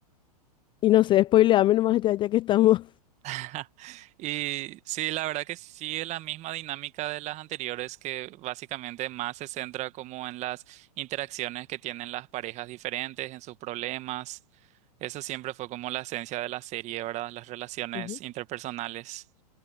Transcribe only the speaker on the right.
<laughs> Y sí, la verdad que sigue la
misma dinámica de las anteriores, que básicamente más se centra como en las interacciones que tienen las parejas diferentes, en sus problemas. Eso siempre fue como la esencia de la serie, ¿verdad? Las relaciones
interpersonales.